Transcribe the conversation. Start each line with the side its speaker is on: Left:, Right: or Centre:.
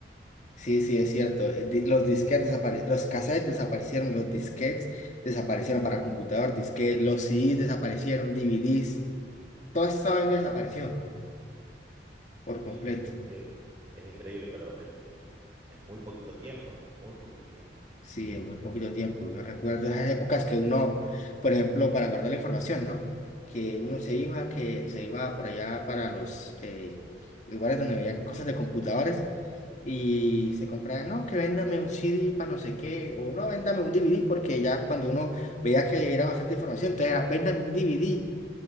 Left: Sí, sí, es cierto. eh, di- Los disquetes desaparecieron, los cassettes desaparecieron, los disquetes desaparecieron para computador, disquete, los CDs desaparecieron, DVDs,
Right: <laughs> Ujú.
Left: toda esa vaina desapareció por completo.
Right: Sí, sí, sí, sí, es, es increíble, pero en, en en muy poquito tiempo, muy poquito tiempo.
Left: Sí, en muy poquito tiempo. Yo recuerdo esas épocas que uno, por ejemplo, para guardar la información, ¿no? Que uno se iba, que se iba por allá para los eh, lugares donde veía cosas de computadores y se compraba, no, que véndame un CD para no sé qué, o no, véndame un DVD, porque ya cuando uno veía que era bastante información, entonces era, véndame un DVD.